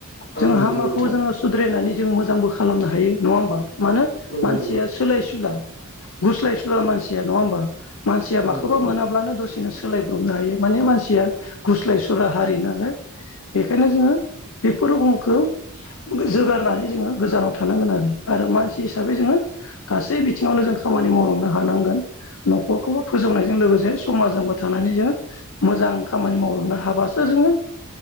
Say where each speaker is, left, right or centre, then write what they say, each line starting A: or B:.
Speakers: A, on the left (about 65°); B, on the left (about 45°).
A: जों
B: औ नंगौ
A: हामाखौ
B: नोंथां
A: जोङो सुद्रायनानै जों मोजांबो खालामनो हायो नङा होमबा। मानो
B: नंगौ
A: मानसिया
B: नंगौ
A: सोलायसुला गुस्लायसुला मानसिया नङा होमबा। मानसिया
B: औ
A: माखौबा
B: नंगौ
A: मोनाब्लानो दसे नो सोलायब्रबनो हायो। माने मानसिया गुस्लाय सुला हारि नालाय। बेखायनो जोङो बेफोर रोखमखौ जोगारनानै जोङो गोजानाव थानांगोन आरो। आरो मानसि हिसाबै जोङो गासै बिथिङावनो जों खामानि मावलांनो हानांगोन। नख'रखौबो फोजौनाय जों लोगोसे समाजजोंबो थानानै जोङो मोजां खामानि मावलांनो हाबासो जोङो